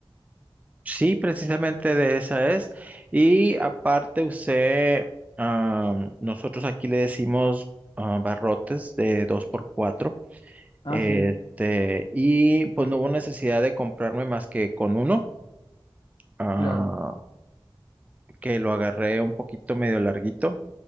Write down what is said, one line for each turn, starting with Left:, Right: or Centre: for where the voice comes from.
Right: Sí, precisamente de esa es. Y aparte usé, ah, nosotros aquí le decimos ah, barrotes de dos por cuatro
Left: Ah,
Right: Este,
Left: sí,
Right: y pues no hubo necesidad de comprarme más que con uno, ah,
Left: claro,
Right: que lo agarré un poquito medio larguito,